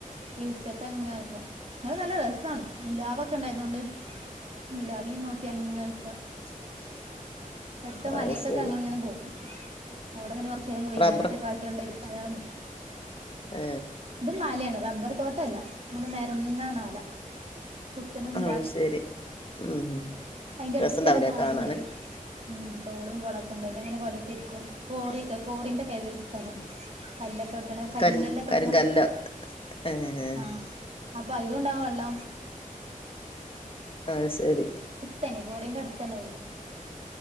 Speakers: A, on the right (about 50°); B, on the left (about 40°).
A: ഇ തെങ്ങക്കെ അത് നല്ല രസാണ് നിലാവൊക്കെ ഉണ്ടായിരുന്നോണ്ട് നിലാവിനെ നോ,, തെങ്ങൾക്ക്
B: <inaudible>
A: അടുത്ത മലെക്കൊക്കെ
B: അത് ശരി
A: ഞങ്ങളിങ്ങനെ പോകും അവിടെങ്ങനെ കൊറച്ചേരം വൈനെരൊക്കെ
B: റബ്ബർ
A: കാ റ്റണ്ട് ഇരിക്കാനാണ്ട്
B: ഏ
A: ഇതും മലയാണ് റബ്ബർ തോട്ടല്ല നല്ല നെരന്ന മല കുത്തനൊന്നും
B: ആഹ് ശരി ഉം
A: അതിന്റെ അടുത്ത്
B: രസണ്ടാവൂലേ
A: തന്നെ തോടുണ്ട്
B: കാണാന്
A: ഉം തോടും കൊളൊക്കെ ഉണ്ട് അതിലിങ്ങനെ കൊലട്ടിരിക്കും കോറിയൊക്കെ കോറിന്റെക്കെ സ്ഥലാണ് കല്ലൊക്കെ ഇട്ടണം കരിങ്കല്ലൊക്കെ
B: കരിങ്ക് കരിങ്കല്ലോ
A: ഇട്ടണം
B: ഏഹ്
A: ആഹ് അപ്പ അയിലും ഒണ്ടാവും വെള്ളം
B: അയ്സരി
A: തെനിക്കോററിന്റെ അടുത്ത് തന്നെ വീടു